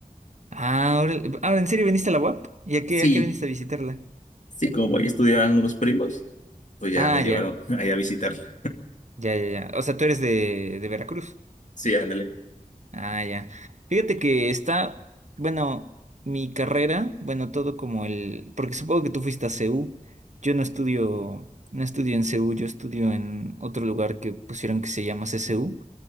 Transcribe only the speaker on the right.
Ah, ahora, ahora, ¿en serio veniste a la UAP? ¿Y a qué,
a qué viniste a visitarla?
Ah,
ya,
ya, ya, ya. O sea, tú eres de, de Veracruz.
Ah, ya. Fíjate que está, bueno, mi carrera, bueno, todo como el, porque supongo que tú fuiste a CU. Yo no estudio, no estudio en CU, yo estudio en otro lugar que pusieron que se llama CCU,